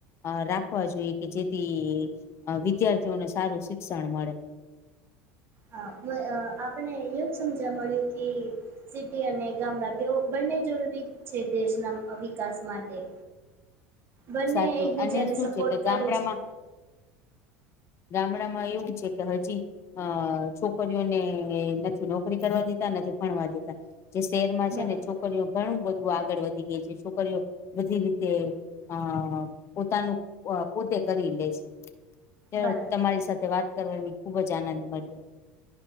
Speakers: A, on the left; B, on the right.
A: અ રાખવા જોઈએ કે જેથી વિદ્યાર્થીઓને સારું શિક્ષણ મળે
B: હા આપણને એવું જ સમજવા મળ્યું કે સિટી અને ગામડા બંને જરૂરી છે દેશના વિકાસ માટે બંને
A: સાચું
B: એકબીજાને
A: અને શું
B: સપોર્ટ
A: છે કે
B: કરે
A: ગામડામાં
B: છે.
A: ગામડામાં એવું છે કે હજી અ છોકરીઓને નથી નોકરી કરવા દેતા નથી ભણવા દેતા જે શહેરમાં છે
B: બરાબર
A: ને છોકરીઓ ઘણું બધું આગળ વધી ગઈ છે છોકરીઓ બધી રીતે હા પોતાનું પોતે કરી લે છે. ચાલ
B: બરાબર
A: તમારી સાથે વાત કરવાની ખુબ જ આનંદ મળ્યો.